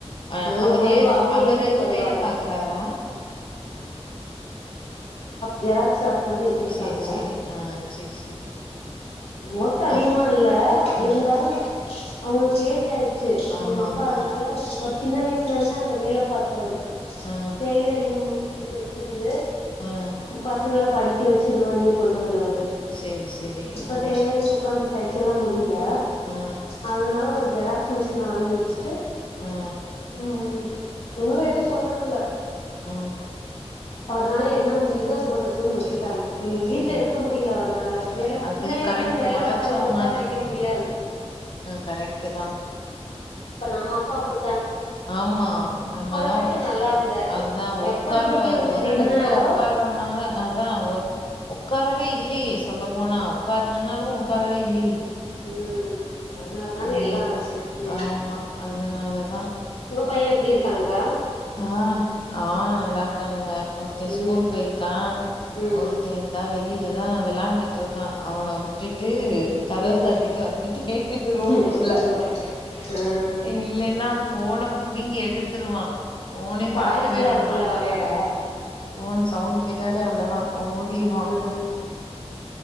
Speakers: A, on the left; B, on the left.
A: அ
B: நாங்க
A: அவரு
B: போயிருவோ
A: எது
B: அவங்க
A: அவரு
B: இருந்துட்டு
A: எதுவும்
B: வருவாங்க
A: வேலை பாக்குறாரா
B: ஜெராகஸ் ஷாப் மாரி வச்சிருக்காங்க
A: சேரி சேரி ஆ சேரி சேரி
B: ஒட்டோ அதிகமா
A: அது
B: இல்ல
A: ஆ
B: இருந்தாலும் உங்ளுக்கு ஏஜ் ஆயிச்சு
A: ஆமா
B: உங்க அப்பா
A: ஆமா
B: அதுனால அவுர் சின்ன வயிசுலருந்து அந்த வேல பாத்தவரு
A: ஆ ஆ
B: டெய்லரிங் இது வச் சுருந்து
A: ஆ ஆ
B: பசங்ள படிக் கி வச்சு இது பண்ணி கொண்டு வந்தவரு
A: சேரி சேரி
B: இப்ப
A: ஆ
B: டெய்லரிங் ஒக்காந்து தையிஸ்லலா முட் டில
A: ஆ
B: அதுனால ஒரு ஜெராக்ஸ் மிஷின் வாங்கி வச்சு டு
A: ஆ
B: ம் உங்கள எதும் சொல்றதுல்ல
A: ஆ
B: அவர்னால
A: ஓ
B: என்ன முடியிதோ இது பண்ணட்டுன் விட்டுடாங்க ம் வீட்ல
A: ஓ
B: இருக்க முடில அவர்னால வேல
A: அது
B: சின்ன வயிசுலருந்து
A: கரெக்ட்
B: வேல
A: ஒழச்சவங்க
B: பாத்தவங்கள ஒக்கார வைக்க முடியாது
A: கரெக்ட்டு தா
B: இப்ப நம்ம அப்பா அப்டி
A: ஆமா நம்மதா
B: வரைக்கு நல்லா இருந்தாரு
A: அதான் ஒக்கார
B: எப்ப டியூட்டிய விட்டு
A: ஒரு
B: நின்னாரோ
A: எடத்துல உக்கார்னாங்க அதான் ஒரு ஒக்காரவே இல்லேயே சொல்ல போனா உட்காருங்கன்னாலும் உக்கார்வே இல்லயே
B: ம் அதனாலதான எல்லாம்
A: மாதிரிதான்
B: ஆச்சு ம்
A: ஆமா அதனாலதான்
B: உங்க பயன் எப்டி இருக் காங்க
A: ஆ ஆ நல்லா இருக்கானுங்க ஒருத்தன்
B: ம்
A: ஸ்கூல் போயிருக்கான்
B: ம்
A: ஒருத்தன் இந்தா வெளிலதான் விளாண்டுட்டுருக்கான் அவனாவே விட்டுட்டு கதவ
B: ம்
A: சாத்திட்டு வந்துட்டே ரூமுக்குள்ள
B: ஐயயோ ஆ
A: இல்லன்னா ஃபோன புடிங்கி எடுத்துருவான் ஃபோனே
B: டாய்ஸ்லா
A: பாக்கவே விட
B: இருக்குல்ல
A: மாட்டா
B: வெளையாட
A: ஃபோன் ச வுண்டு கேட்டாலே அவ்ளோதான் ஓடிர்வான்
B: ம்